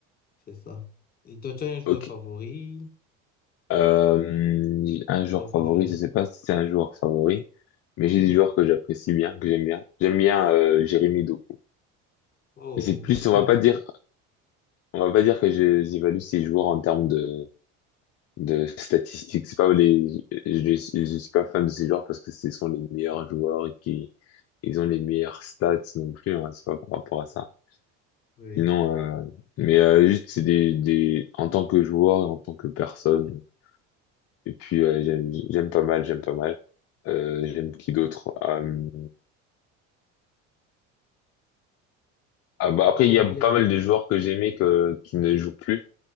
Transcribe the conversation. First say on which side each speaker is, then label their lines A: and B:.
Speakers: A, on the left (about 30°); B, on the left (about 50°).
A: C'est ça. Et toi, tu as un joueur
B: Ok.
A: favori,
B: Euh, un
A: un
B: joueur
A: joueur préféré?
B: favori, je sais pas si c'est un joueur favori, mais j'ai des joueurs que j'apprécie bien, que j'aime bien. J'aime bien euh, Jérémy Doku.
A: Oh,
B: Et c'est plus,
A: d'accord.
B: on va pas dire, on va pas dire que je- j'évalue ces joueurs en termes de de statistiques. C'est pas les, je, je- je suis pas fan de ces joueurs parce que ce sont les meilleurs joueurs et qui, ils ont les meilleures stats non plus. Hein, c'est pas par rapport à ça.
A: Oui.
B: Sinon, euh, mais euh, juste c'est des, des, en tant que joueur, et en tant que personne. Et puis euh, j'aime j'aime pas mal, j'aime pas mal. Euh, j'aime qui d'autre? Euh, ah bah
A: Il
B: après
A: y
B: il y
A: a,
B: a
A: il y
B: pas
A: a, il
B: mal
A: y a-
B: de joueurs que j'aimais que qui ne jouent plus